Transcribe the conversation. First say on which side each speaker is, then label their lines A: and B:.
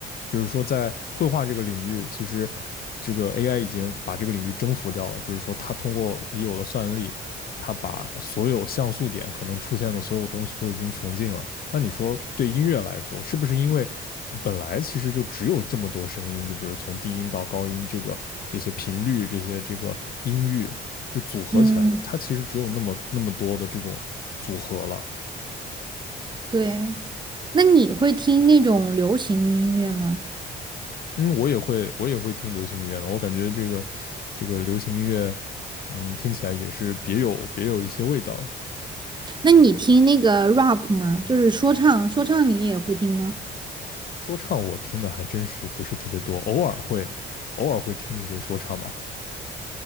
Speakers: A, on the left (about 50°); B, on the right (about 20°).
A: 就是说在绘画这个领域，其实这个 AI 已经把这个领域征服掉了，就是说它通过已有的算力，它把所有像素点可能出现的所有东西都已经穷尽了。那你说对音乐来说，是不是因为本来其实就只有这么多声音，就比如从低音到高音这个这些频率，这些这个音域。就组合起来，
B: 嗯，
A: 它其实只有那么那么多的这种组合了。
B: 对。那你会听那种流行音乐吗？
A: 嗯，我也会我也会听流行音乐的，我感觉这个这个流行音乐，嗯，听起来也是别有别有一些味道。
B: 那你听那个 rap 吗？就是说唱，说唱你也会听吗？
A: 说唱我听的还真是不是特别多，偶尔会偶尔会听一些说唱吧。